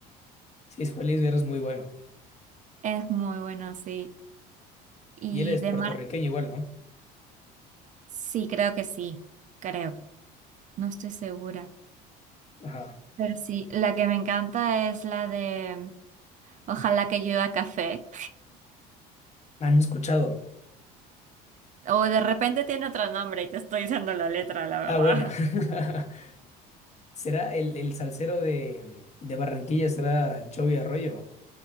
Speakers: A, on the left; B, on the right.
A: Sí, es Juan Luis Guerra es muy bueno.
B: es muy bueno, sí. Y
A: Y él es
B: de
A: puertorriqueño
B: Mar,
A: igual, ¿no?
B: sí, creo que sí, creo. No estoy segura.
A: Ajá.
B: Pero sí, la que me encanta es la de Ojalá que llueva café.
A: Ah, no he escuchado.
B: O de repente tiene otro nombre y te estoy diciendo la letra, la verdad.
A: Ah, bueno. <laughs> ¿Será el, el salsero de, de Barranquilla? ¿Será Joey Arroyo?